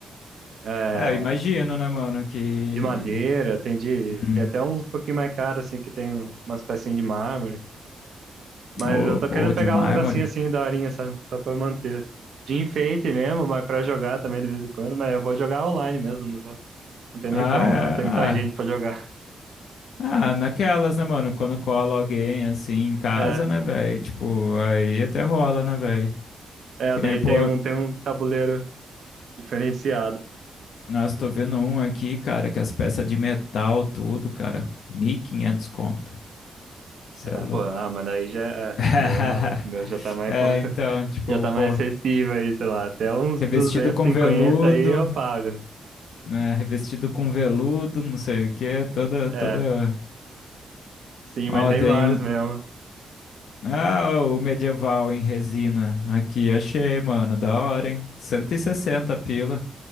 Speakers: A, on the right; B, on the left.
A: é,
B: É, eu imagino, né, mano, que...
A: de madeira, tem de.
B: Hum.
A: Tem até uns um pouquinho mais caros, assim, que tem umas pecinhas de mármore. Mas
B: Ô,
A: eu tô
B: pô,
A: querendo
B: de
A: pegar
B: mármore.
A: um negocinho assim, daorinha, sabe? Só pra manter. De enfeite mesmo, mas pra jogar também de vez em quando, mas eu vou jogar online mesmo, não vou- não tem nem
B: Ah,
A: como, né? não tem
B: é,
A: muita
B: ah,
A: gente pra jogar. <laughs>
B: ah, naquelas, né, mano, quando cola alguém, assim, em casa,
A: É,
B: né, velho, tipo, aí até rola, né, velho.
A: é,
B: Que
A: daí
B: nem, pô,
A: tem um, tem um tabuleiro diferenciado.
B: nossa, tô vendo um aqui, cara, que as peças de metal, tudo, cara, 1.500 conto. Você
A: É,
B: é louco.
A: pô, ah, mas daí já é,
B: <laughs>
A: o meu não, o meu já tá mais
B: É,
A: pro,
B: então, tipo,
A: Já tá
B: pô,
A: mais acessível aí, sei lá, até uns
B: revestido
A: duzentos
B: com
A: e cinquenta
B: veludo,
A: aí eu pago.
B: né? Revestido com veludo, não sei o quê, toda,
A: É,
B: toda.
A: sim,
B: Ó,
A: mas tem
B: tem
A: vários
B: um.
A: mesmo.
B: Ah, ó, o medieval em resina aqui, achei, mano, da hora, hein? 160 pila.